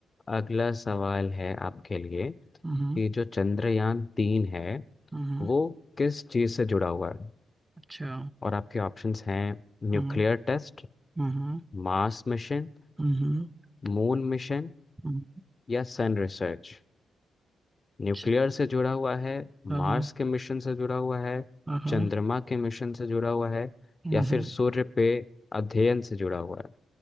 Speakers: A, on the left; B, on the right.
A: अगला सवाल है आपके लिए
B: हम्म
A: कि जो चंद्रयान तीन है
B: हम्म
A: वो किस चीज से जुड़ा हुआ है
B: अच्छा
A: और आपके ऑप्शंस हैं nuclear
B: हम्म
A: test
B: हम्म
A: Mars mission
B: हम्म
A: moon mission
B: हम्म,
A: या सन रिसर्च न्यूक्लियर
B: अच्छा
A: से जुड़ा हुआ है
B: हाँ
A: मार्स के मिशन से जुड़ा हुआ है
B: हाँ हाँ,
A: चंद्रमा के मिशन से जुड़ा हुआ है
B: हम्म
A: या फिर सूर्य पे अध्ययन से जुड़ा हुआ है